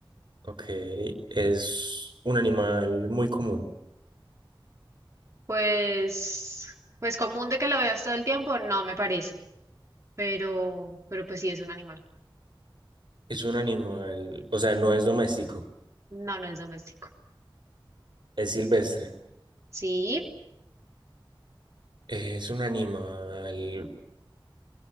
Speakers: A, on the right; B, on the right.
A: ok, es un animal muy común,
B: Pues, pues común de que lo veas todo el tiempo, no me parece. Pero, pero pues sí es un animal.
A: es un animal, o sea, no es doméstico,
B: No, no es doméstico.
A: es silvestre,
B: Sí.
A: es un animal